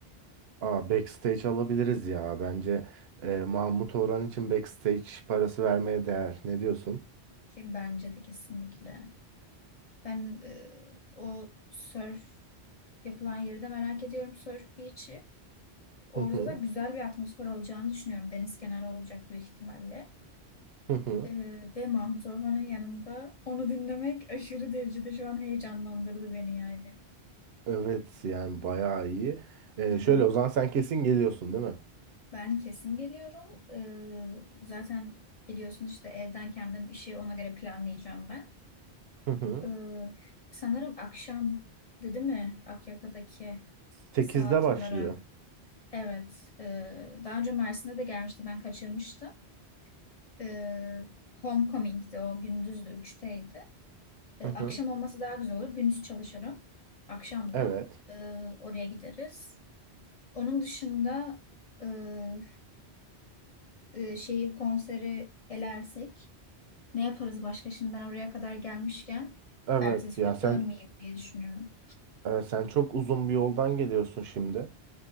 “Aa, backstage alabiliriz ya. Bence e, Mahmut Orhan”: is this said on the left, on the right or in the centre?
Right